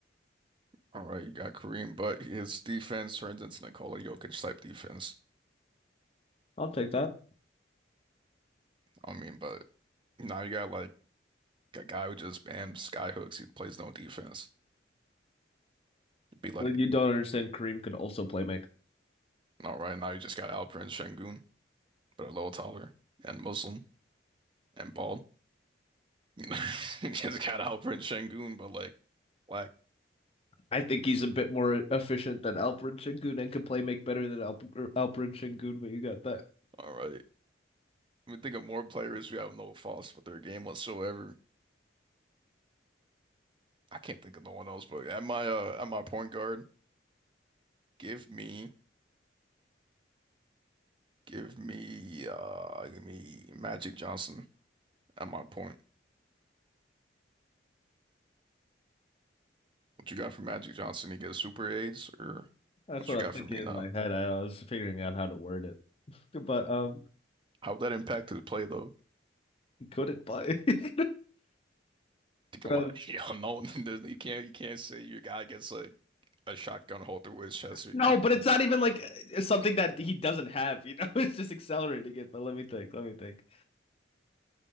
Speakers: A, on the right (about 25°); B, on the left (about 30°).
A: All right, you got Kareem, but his defense turns into Nikola Jokic type defense.
B: I'll take that.
A: I mean, but now you got like a guy who just bam skyhooks. He plays no defense. You'd be like,
B: Like, You don't understand. Kareem could also play make.
A: all right, now you just got Alperen Şengün, but a little taller and Muslim and bald. You know, <laughs> you just got Alperen Şengün, but like black.
B: I think he's a bit more efficient than Alperen Şengün and can play make better than Alp er, Alperen Şengün. But you got that.
A: All right. We think of more players who have no faults with their game whatsoever. I can't think of no one else, but at my uh at my point guard, give me give me uh give me Magic Johnson at my point. What you got for Magic Johnson? He gets super aids or
B: That's
A: what
B: what
A: you
B: I
A: got
B: was thinking
A: for me
B: in
A: now?
B: my head. I, was figuring out how to word it, but um,
A: How would that impact his play though?
B: he couldn't play. <laughs>
A: Think about
B: um,
A: <laughs> you know, no, <laughs> you can't you can't say your guy gets like a shotgun hole through his chest or
B: no,
A: he can't
B: but
A: play,
B: it's not even like uh, something that he doesn't have. You know, <laughs> it's just accelerating it. But let me think. Let me think.